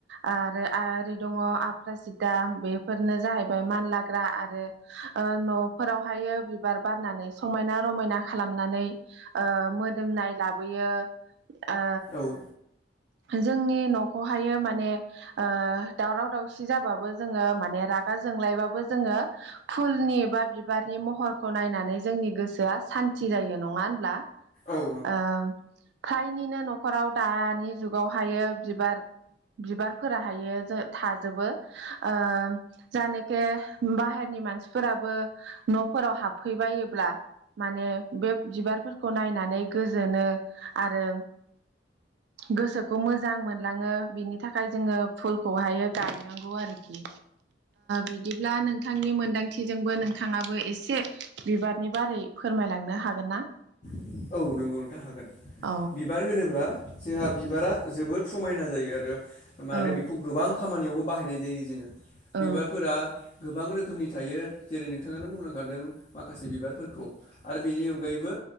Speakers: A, on the right; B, on the left.
A: आरो आरो दं आफ्रासिदा बेफोरनो जाहैबाय मानलाग्रा आरो ओ न'फोरावहाय बिबार बारनानै समायना रमायना खालामनानै ओ मोदोमनाय लाबोयो ओ
B: औ
A: जोंनि न'खौहायो माने ओ दावराव दावसि जाबाबो जोङो माने रागा जोंलायबाबो जोङो फुलनि बा बिबारनि महरखौ नायनानै जोंनि गोसोआ सान्ति जायो नङा होनब्ला
B: औ
A: ओ फ्रायनिनो न'खराव दानि जुगावहायो बिबार बिबारफोरा हायो थाजोबो ओ जानाखे बाहेरनि मानसिफोराबो न' फोराव हाबफैबायोब्ला माने बे बिबारफोरखौ नायनानै गोजोनो आरो गोसोखौ मोजां मोनलाङो बिनि थाखाय जोङो फुलखौहायो गायनांगौ आरोखि बिदिब्ला नोंथांनि मोन दांथिजोंबो नोंथाङाबो एसे बिबारनि बारै फोरमायलांनो हागोन ना?
B: औ नंगौ नोंथां हागोन
A: औ
B: बिबार होनोब्ला जोंहा बिबारा जोबोद समायना जायो आरो
A: औ
B: आरो बेखौ गोबां खामानियावबो बाहायनाय जायो जोङो
A: औ
B: बिबारफोरा गोबां रोखोमनि थायो जेरै नोंथाङानो बुंलांखादों माखासे बिबारफोरखौ आरो बेनि अनगायैबो